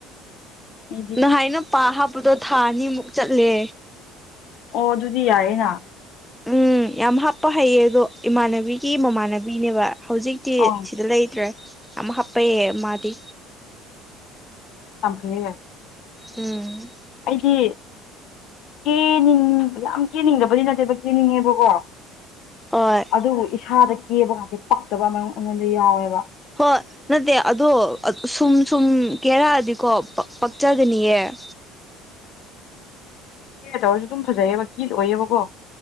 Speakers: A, on the left; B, in the centre.
A: ꯑꯩꯗꯤ
B: ꯅꯍꯥꯏꯅ ꯄꯥ ꯍꯥꯞꯄꯗꯣ ꯊꯥ ꯑꯅꯤꯃꯨꯛ ꯆꯠꯂꯦ
A: ꯑꯣ ꯑꯗꯨꯗꯤ ꯌꯥꯏꯌꯦꯅ
B: ꯎꯝ ꯌꯥꯝ ꯍꯥꯞꯄ ꯍꯩꯌꯦ ꯑꯗꯣ ꯏꯃꯥꯟꯅꯕꯤꯒꯤ ꯃꯃꯥꯟꯅꯕꯤꯅꯦꯕꯥ ꯍꯧꯖꯤꯛꯇꯤ
A: ꯑꯥ
B: ꯁꯤꯗ ꯂꯩꯇ꯭ꯔꯦ ꯌꯥꯝ ꯍꯥꯞꯄꯩꯑ ꯃꯥꯗꯤ
A: ꯑꯣ ꯌꯥꯝ ꯐꯦ
B: ꯑꯝ
A: ꯑꯩꯗꯤ ꯀꯦꯅꯤꯡ ꯌꯥꯝ ꯀꯦꯅꯤꯡꯗꯕꯗꯤ ꯅꯠꯇꯦꯕ ꯀꯦꯅꯤꯡꯉꯦꯕꯀꯣ
B: ꯍꯣꯏ
A: ꯑꯗꯨꯕꯨ ꯏꯁꯥꯗ ꯀꯦꯕꯥ ꯀꯥꯟꯁꯤ ꯄꯛꯇꯕ ꯑꯩꯉꯣꯟꯗ ꯌꯥꯎꯋꯦꯕ
B: ꯍꯣꯏ ꯅꯠꯇꯦ ꯑꯗꯣ ꯁꯨꯝ ꯁꯨꯝ ꯀꯦꯔꯛꯑꯗꯤꯀꯣ ꯄꯛꯆꯒꯅꯤꯌꯦ <unintelligible>
A: ꯇꯧꯔꯁꯨ ꯑꯗꯨꯝ ꯐꯖꯩꯑꯕ ꯀꯤꯗ ꯑꯣꯏꯌꯦꯕꯀꯣ